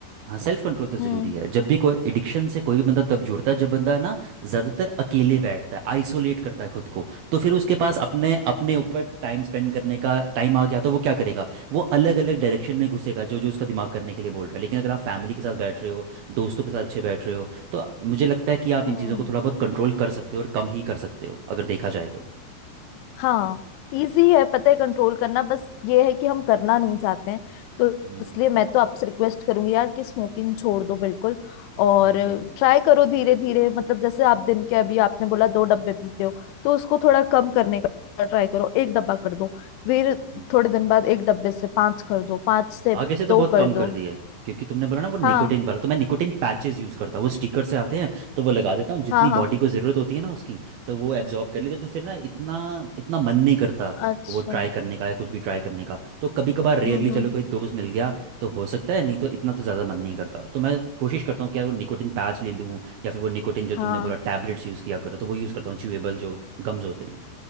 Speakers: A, on the right; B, on the left.
A: हाँ सेल्फ कंट्रोल तो ज़रूरी
B: हम्म
A: है जब भी कोई एडिक्शन से कोई भी बंदा तब जुड़ता है जब बंदा ना ज़्यादातर अकेले बैठता है आइसोलेट करता है खुद को तो फिर उसके पास अपने अपने ऊपर टाइम स्पेंड करने का टाइम आ गया तो वो क्या करेगा वो अलग अलग डायरेक्शन में घुसेगा जो जो उसका दिमाग करने के लिए बोल रहा है लेकिन अगर आप फैमिली के साथ बैठ रहे हो दोस्तों के साथ अच्छे बैठ रहे हो तो मुझे लगता है कि आप
B: हम्म
A: इन चीज़ों को थोड़ा बहुत कंट्रोल कर सकते हो और कम ही कर सकते हो अगर देखा जाए तो
B: हाँ इजी है पता है कंट्रोल करना बस ये है कि हम करना नहीं चाहते हैं तो
A: हम्म
B: इसलिए मैं तो आपसे रिक्वेस्ट करूंगी यार कि स्मोकिंग छोड़ दो बिल्कुल और
A: मैं छोड़ दूंगा
B: ट्राई करो धीरे धीरे मतलब जैसे आप दिन के अभी आपने बोला दो डब्बे पीते हो तो उसको थोड़ा कम करने का ट्राई करो एक डब्बा कर दो फिर
A: हाँ,
B: थोड़े दिन बाद एक डब्बे से पांच कर दो पांच से
A: आगे से तो
B: दो
A: बहुत कम
B: कर दो
A: कर दिया है क्योंकि तुमने बोला ना वो निकोटिन
B: हाँ
A: वाला तो मैं निकोटिन पैचेस यूज़ करता हूँ वो स्टिकर से आते हैं तो वो लगा देता हूँ जितनी
B: हाँ हाँ
A: बॉडी को ज़रूरत होती है ना उसकी तो वो एब्जॉर्ब कर लेती है तो फिर ना इतना इतना मन नहीं करता
B: अच्छा
A: वो ट्राई करने का या कुछ भी ट्राई करने का तो कभी कभार रेयरली
B: हम्म
A: चलो
B: हम्म
A: कोई दोस्त मिल गया तो हो सकता है नहीं तो इतना तो ज़्यादा मन नहीं करता तो मैं कोशिश करता हूँ कि यार वो निकोटिन पैच ले लूँ या फिर वो निकोटिन जो
B: हाँ
A: तुमने बोला टैबलेट्स यूज़ किया करो तो वो यूज़ करता हूँ च्यूएबल जो गम्स होते हैं